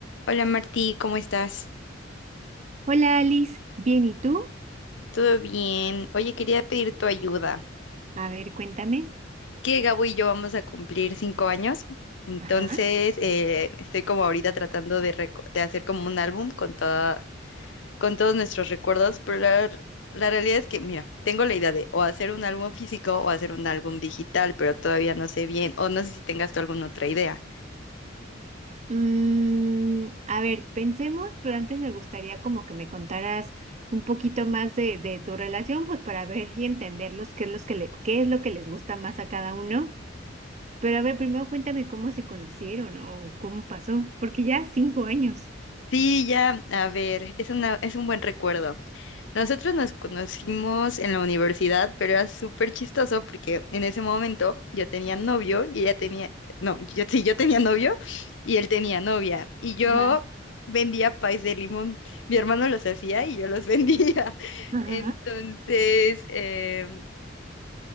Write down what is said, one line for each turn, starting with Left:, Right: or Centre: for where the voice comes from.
Left: Hola Martí, ¿cómo estás?
Right: Hola Alice, bien, ¿y tú?
Left: ¿Todo bien? Oye, quería pedir tu ayuda.
Right: A ver, cuéntame.
Left: Que Gabo y yo vamos a cumplir cinco años, entonces
Right: Ajá.
Left: eh, estoy como ahorita tratando de, reco- de hacer como un álbum con, toda, con todos nuestros recuerdos, pero la, r- la realidad es que, mira, tengo la idea de o hacer un álbum físico o hacer un álbum digital, pero todavía no sé bien, o no sé si tengas tú alguna otra idea.
Right: Mm, a ver, pensemos, pero antes me gustaría como que me contaras un poquito más de, de tu relación, pues para ver y entenderlos qué es los que le- qué es lo que les gusta más a cada uno. Pero a ver, primero cuéntame cómo se conocieron o cómo pasó, porque ya cinco años.
Left: Sí, ya, a ver, es una, es un buen recuerdo. Nosotros nos conocimos en la universidad, pero era súper chistoso porque en ese momento yo tenía novio y ella tenía, no, yo sí, yo tenía novio y él tenía novia. Y yo
Right: Ajá.
Left: vendía pais de limón. Mi hermano los hacía y yo los vendía. <laughs>
Right: Ajá.
Left: Entonces, em,